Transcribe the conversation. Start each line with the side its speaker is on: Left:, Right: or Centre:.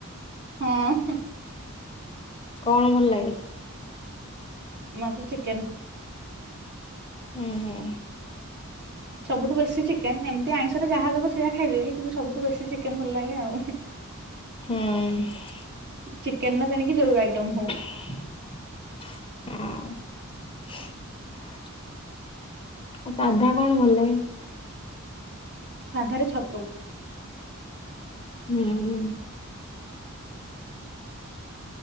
Right: ହଁ।
Left: କଣ ଭଲ ଲାଗେ?
Right: ମତେ ଚିକେନ୍
Left: ହୁଁ ହୁଁ।
Right: ସବୁଠୁ ବେଶୀ ଚିକେନ ଏମିତି ଆଇଁଷରେ ଯାହା ଦେବ ସେଇୟଆ ଖାଇଦେବି କିନ୍ତୁ ସବୁଠୁ ବେଶୀ ଚିକେନ ଭଲ ଲାଗେ ଆଉ।
Left: ହୁଁ।
Right: ଚିକେନ ର ତେଣିକି ଯୋଉ ଆଇଟମ ହଉ
Left: ହଁ। ଆଉ ସାଧା କଣ ଭଲ ଲାଗ?
Right: ସାଧାରେ ଛତୁ।
Left: ହୁଁ ହଁ।
Right: ।